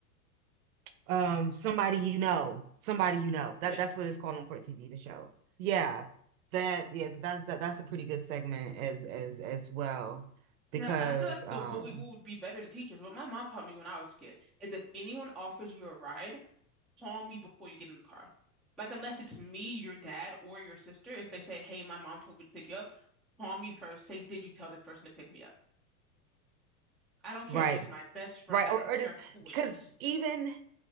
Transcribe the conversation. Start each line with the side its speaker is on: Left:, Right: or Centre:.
Right: Um somebody you know. Somebody you know.
Centre: Yeah.
Right: That that's what it's called on court TV, the show. Yeah. That yeah, that's that that's a pretty good segment as as as well because
Centre: Yeah, I feel like
Right: um
Centre: the what we what would be better to teachers. What my mom taught me when I was a kid is if anyone offers you a ride, calm you before you get in the car. Like, unless it's me, your dad, or your sister, if they say, Hey, my mom told me to pick you up, call me first. Say, Did you tell this person to pick me up? I don't care
Right: right.
Centre: if it's my best friend.
Right: Right.
Centre: I
Right: Or
Centre: don't
Right: or
Centre: care
Right: just
Centre: who
Right: because
Centre: it is.
Right: even